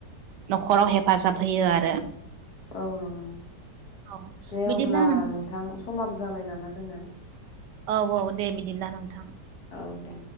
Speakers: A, on the right; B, on the left.
A: नखराव हेफाजाब होयो आरो
B: औ नंगौ
A: औ
B: दे
A: बिदिब्ला
B: अब्ला नोंथां समाबो जाबाय नामा होनना
A: औ औ दे बिदिब्ला नोंथां
B: औ दे